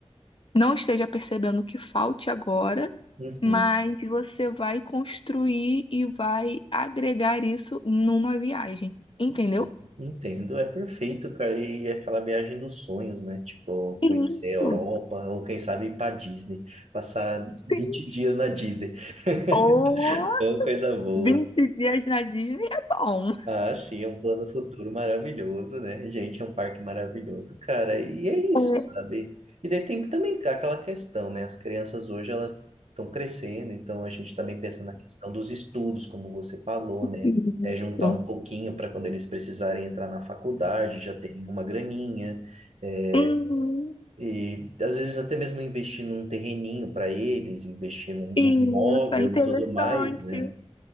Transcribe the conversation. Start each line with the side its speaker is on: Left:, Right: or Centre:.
Left: não esteja percebendo que falte agora,
Right: Uhum,
Left: mas você vai construir e vai agregar isso numa viagem, entendeu?
Right: sim, entendo, é perfeito, cara. E é aquela viagem dos sonhos, né? Tipo,
Left: Isso.
Right: conhecer a Europa, ou quem sabe ir pra Disney, passar
Left: Sim.
Right: 20 dias na Disney. <laughs>
Left: Oh!
Right: Ô, coisa boa.
Left: vinte dias na Disney é bom.
Right: Ah, sim, é um plano futuro maravilhoso, né? Gente, é um parque maravilhoso, cara. E é isso,
Left: É,
Right: sabe? E daí tem que também cá aquela questão, né? As crianças hoje, elas estão crescendo, então a gente também pensa na questão dos estudos, como você falou, né?
Left: Isso.
Right: É juntar um pouquinho para quando eles precisarem entrar na faculdade, já terem uma graninha. é,
Left: Uhum.
Right: E às vezes até mesmo investir num terreninho para eles, investir num num
Left: Isso,
Right: imóvel
Left: é interessante.
Right: e tudo mais, né?